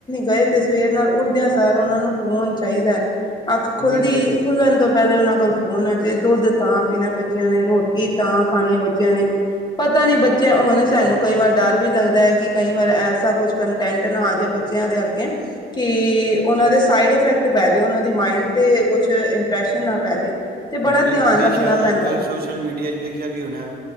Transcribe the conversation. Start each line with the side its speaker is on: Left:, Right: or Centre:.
Left: ਗਏ ਤੇ ਸਵੇਰ ਨਾਲ ਉੱਠਦਿਆਂ ਸਾਰ ਓਨਾਂ ਨੂੰ ਫੋਨ ਚਾਈਦਾ। ਅੱਖ ਖੁੱਲਦੀ
Right: ਉਹੀ ਤੇ
Left: ਖੁੱਲਣ ਤੋਂ ਪੈਲੇ ਓਨਾਂ ਕੋਲ ਹੋਨਾ ਚਾਈਦਾ ਦੁੱਧ ਤਾਂ ਪੀਣਾ ਬੱਚਿਆਂ ਨੇ ਰੋਟੀ ਤਾਂ ਖਾਣੀ ਏ ਬਚ ਨੇ ਪਤਾ ਨੀ ਬੱਚਿਆਂ ਉਣ ਸਾਨੂੰ ਕਈ ਵਾਰ ਡਰ ਵੀ ਲੱਗਦਾ ਐ ਕੀ ਕਈ ਵਾਰ ਐਸਾ ਕੁਛ ਕੰਟੈਂਟ ਨਾ ਆ ਜੇ ਬੱਚਿਆਂ ਦੇ ਅੱਗੇ ਕਿ ਓਨਾਂ ਦੇ ਸਾਈਡ ਇਫੈਕਟ ਪੈ ਜੇ ਓਨਾਂ ਦੀ ਮਾਇੰਡ ਤੇ ਕੁਛ ਇੰਪ੍ਰੈਸ਼ਨ ਨਾ ਪੈ ਜੇ ਤੇ ਬੜਾ
Right: ਨਹੀਂ ਨਹੀਂ
Left: ਧਿਆਨ
Right: ਤੁਸੀਂ
Left: ਰੱਖਣਾ
Right: ਸ਼ਾਇਦ
Left: ਪੈਂਦਾ।
Right: ਅੱਜ ਕੱਲ੍ਹ ਸੋਸ਼ਲ ਮੀਡੀਆ ਚ ਵੇਖਿਆ ਵੀ ਓਨਾ